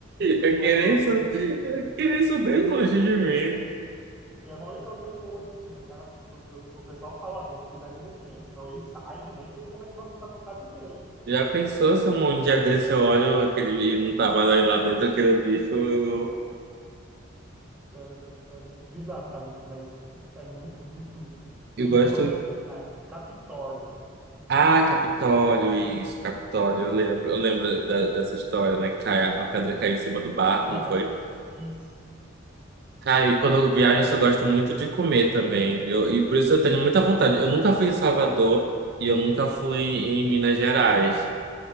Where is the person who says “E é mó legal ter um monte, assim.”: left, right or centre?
Centre